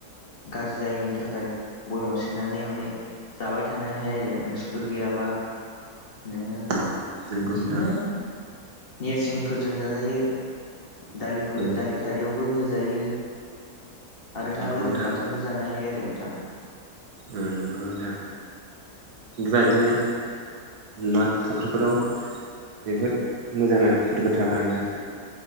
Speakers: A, on the left; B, on the right.
A: गाज्रि जायिनि थाखाय बयेमाव सोनानै माने जाबाय थानो हाया आरो ओंख्रिफोर गैयाबा नोङो
B: उम नंगौ
A: बिदिनो
B: नोंथां
A: नेरसिंफोरजों जाजायो दालिफोर
B: उम
A: दालि खारियावबो होजायो आरो
B: नंगौ
A: ना गोरान
B: नोंथां
A: बाथोनबो जानो हायो आरो नोंथां
B: अम नंगौ नोंथां बेबायदिनो ना फुख्रिफोराव जोबोद मोजां आरो फुख्रिफोर थाबा नोंथां